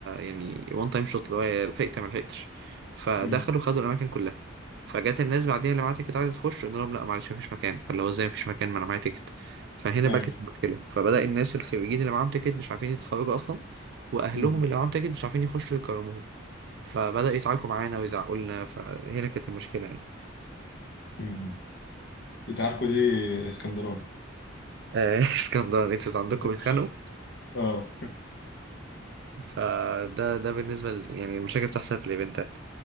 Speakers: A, on the right; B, on the left.
A: يعني وان تايم شوت اللي هو يا لحقت يا ما لحقتش فدخلوا
B: امم
A: خدوا الاماكن كلها فجت الناس بعديها اللي معاها تيكت عايزه تخش قلنا لهم لا معلش مفيش مكان فاللي هو ازاي مفيش مكان ما انا معايا تيكت فهنا
B: ايوه
A: بقى كانت المشكله فبدا الناس الخريجين اللي معاهم تيكت مش عارفين يتخرجوا اصلا واهلهم
B: امم
A: اللي معاهم تيكت مش عارفين يخشوا يكرموهم فبدأوا يتعاركوا معانا ويزعقوا لنا فهنا كانت المشكلة يعني
B: امم دي تعاركوا دي اسكندراني
A: آه، <laughs> اسكندران انتوا عندكم
B: <laughs>
A: بيتخانقوا
B: اه
A: فده ده بالنسبة ل... يعني المشاكل بتحصل في الايفنتات